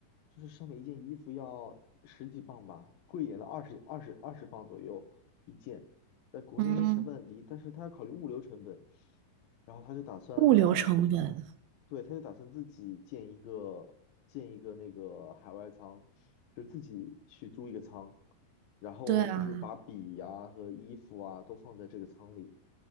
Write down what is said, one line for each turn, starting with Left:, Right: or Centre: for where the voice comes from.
Left: 就是上面一件衣服要十几磅吧，贵一点的二十二十二十磅左右一件。在国内因为成本很低，
Right: 嗯，
Left: 但是他要考虑物流成本，然后他就打算在，
Right: 物流成本，
Left: 对，他就打算自己建一个建一个那个海外仓，就是自己去租一个仓，然后就是把笔呀、
Right: 对啊，
Left: 和衣服啊都放在这个仓里。